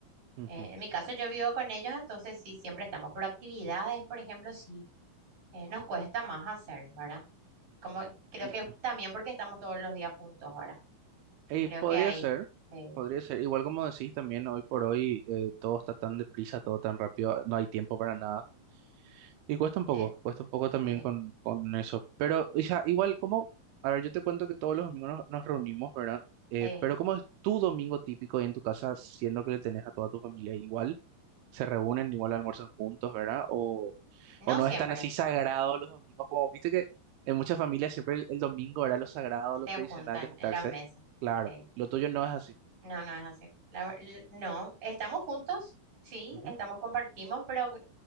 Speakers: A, on the right; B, on the right.
A: Ujú.
B: Eh, en mi caso yo vivo con ellos, entonces sí, siempre estamos, pero actividades, por ejemplo, sí, eh, nos cuesta más hacer, ¿verdad? Como, creo
A: Y,
B: que también porque estamos todos los días juntos ahora.
A: y
B: Creo
A: podría
B: que hay
A: ser,
B: sí
A: podría ser. Igual como decís también, hoy por hoy eh, todo está tan deprisa, todo tan rápido, no hay tiempo para nada. Y cuesta un poco,
B: eh,
A: cuesta un poco también
B: sí
A: con, con eso. Pero o sea, igual como, a ver, yo te cuento que todos los domingos nos, nos reunimos, ¿verdad? Eh,
B: se-
A: pero ¿cómo es tu domingo típico ahí en tu casa, siendo que le tenés a toda tu familia igual? se reúnen, igual almuerzan juntos, ¿verdad? O,
B: no
A: o no
B: siempre
A: están así sagrados los domingos, como viste que en muchas familias siempre el, el domingo era lo sagrado,
B: se
A: lo tradicional
B: juntan
A: de juntarse.
B: en la mesa.
A: Claro,
B: Sí.
A: lo tuyo no es así.
B: No, no es así. La ver- l- no, estamos juntos, sí,
A: Ujú,
B: estamos, compartimos, pero